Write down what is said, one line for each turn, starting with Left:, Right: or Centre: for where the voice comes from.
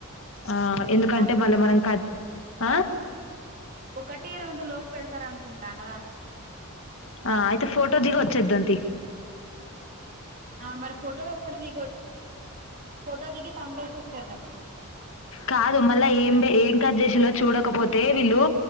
Left: ఆ ఎందుకంటే
Right: నాక్
Left: మళ్ళ మనం కట్ ఆ
Right: ఒకటి రెండు లోపు పెడతారు అనుకుంటా అన్నదానం
Left: ఆ అయితే ఫోటో దిగి వచ్చేద్దాం తి
Right: ఆ మరి ఫోటో ఒక్కటి దిగొ ఫోటో దిగి తంబేసి వచ్చేద్దాం
Left: కాదు మళ్ళ ఏం ఏం కట్ చేసి ల్లో చూడకపోతే వీళ్ళు